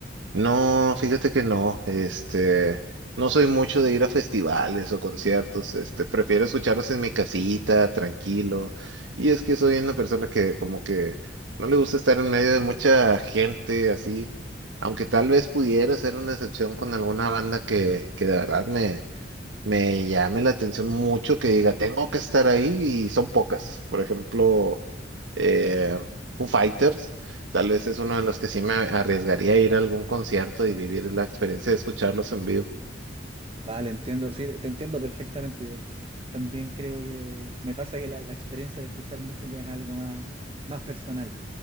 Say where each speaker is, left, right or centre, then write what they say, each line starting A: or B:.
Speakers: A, on the right (about 80°); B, on the right (about 30°).
A: No, fíjate que no, este, no soy mucho de ir a festivales o conciertos, este, prefiero escucharlos en mi casita, tranquilo. Y es que soy una persona que como que no le gusta estar en medio de mucha gente así, aunque tal vez pudiera ser una excepción con alguna banda que, que de verdad me, me llame la atención mucho, que diga, tengo que estar ahí y son pocas. Por ejemplo, eh, Foo Fighters, tal
B: Mm.
A: vez es uno de los que sí me arriesgaría a ir a algún concierto y vivir la experiencia de escucharlos en vivo.
B: Vale, entiendo, sí, te te entiendo perfectamente. Yo también creo que me pasa que la, la experiencia de escuchar música es algo más, más personal.